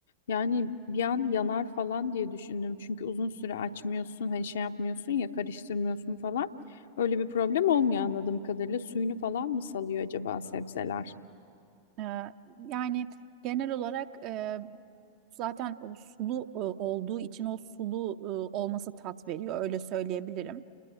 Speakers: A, on the left; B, on the right.
A: Yani bir an yanar falan diye düşündüm. Çünkü uzun süre açmıyorsun, hani şey yapmıyorsun ya karıştırmıyorsun falan. Öyle bir problem olmuyor anladığım kadarıyla. Suyunu falan mı salıyor acaba sebzeler?
B: Ee, yani genel olarak e, zaten o sulu e, olduğu için o sulu e, olması tat veriyor öyle söyleyebilirim.